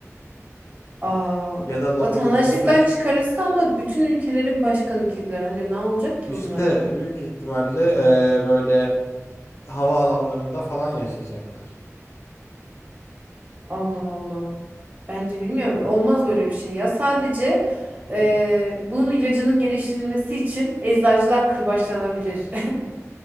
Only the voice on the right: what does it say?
Aa,
vatandaşlıktan
çıkarılsa ama bütün ülkelerin başkanı kediler. Hani ne olacak ki
bunlara?
Allah Allah. Bence bilmiyorum. Olmaz böyle bir şey ya. Sadece
eee,
bunun ilacının geliştirilmesi için eczacılar kırbaçlanabilir.